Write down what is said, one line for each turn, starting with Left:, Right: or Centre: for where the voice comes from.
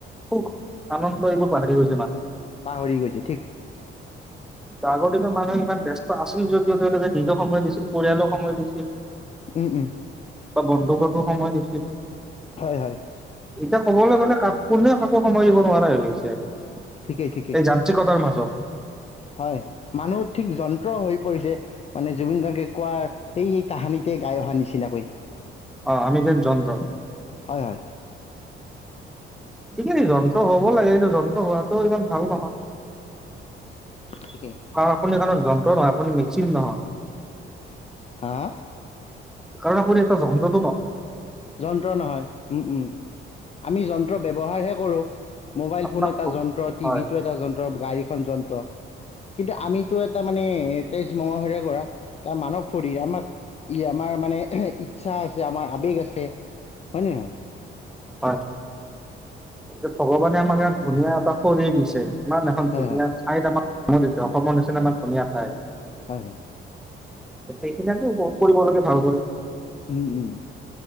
Centre: <unintelligible> আনন্দ এইবোৰ পাহৰি গৈছে মানুহে।
Left: পাহৰি গৈছে ঠিক
Centre: আগৰ দিনৰ মানুহে ইমান ব্যস্ত আছিল যদিও তেওঁলোকে নিজৰ সময় দিছিল। পৰিয়ালক সময় দিছিল
Left: উম উম
Centre: বা বন্ধুবৰ্গক। সময় দিছিল
Left: হয় হয়
Centre: এতিয়া কবলে গ'লে কা কোনো কাকো। সময় দিব নোৱাৰাই হৈ গৈছে এই
Left: ঠিকেই ঠিকেই
Centre: যান্ত্ৰিকতাৰ মাজত।
Left: হয় মানুহ ঠিক যন্ত্ৰ হৈ পৰিছে মানে জুবিন গাৰ্গে কোৱাৰ সেই এই তাহানিতে। গাই অহা নিচিনাকৈ।
Centre: অ আমি যেন যন্ত্ৰ।
Left: হয় হয়।
Centre: ঠিকে ত যন্ত্ৰ হ'ব লাগে এইটো যন হোৱাটো ইমান ভাল নহয়
Left: ঠিকেই
Centre: কাৰণ আপুনি যন্ত্ৰ নহয় আপুনি। চিঙ নহয়।
Left: হা
Centre: কাৰণ আপুনি এটা যন্-
Left: যন্ত্ৰ নহয় উম উম। আমি যন্ত্ৰ ব্যৱহাৰ হে কৰো মোবাইল
Centre: আপোনাক
Left: ফোন এটা যন্ত্ৰ টিভিটো
Centre: হয়
Left: এটা যন্ত্ৰ গাড়ী। খন যন্ত্ৰ। কিন্তু আমিতো এটা মানে তেজ মঙহেৰে গঢ়া এটা মানৱ শৰীৰ আমাক। ই আমাৰ মানে ইচ্ছা আছে আমাৰ আৱেগ আছে হয়নে নহয়।
Centre: হয় এ ভগৱানে আমাক ই ধুনীয়া এটা শৰিৰ দিছে। ইমান এখন
Left: হয়
Centre: ধুনীয়া
Left: হয়
Centre: ঠাইত আমাৰ অসম দিছে অসমৰ নিচিনা ইমান ধুনীয়া ঠাই।
Left: হয় হয়।
Centre: সেইখিনি আমি কৰিব লাগে ভাল কৰি।
Left: উম উম